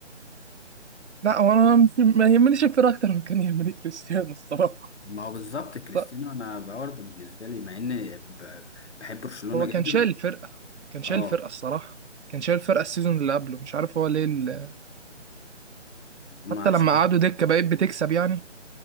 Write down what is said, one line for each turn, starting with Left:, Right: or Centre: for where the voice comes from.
Right: لا هو أنا مش- ما يهمنيش الفرقة أكتر من كان يهمني كريستيانو الصراحة
Left: ما هو بالظبط كريستيانو
Right: لا
Left: انا برضه بالنسبه لي مع ان ب- بحب برشلونه
Right: هو
Left: جدا
Right: كان شايل الفرقة كان شايل
Left: اه
Right: الفرقة الصراحة كان شايل الفرقة السيزون اللي قبله مش عارف هو ليه ال...
Left: ما
Right: حتى
Left: عشان
Right: لما قعدوا دكة بقيت بتكسب يعني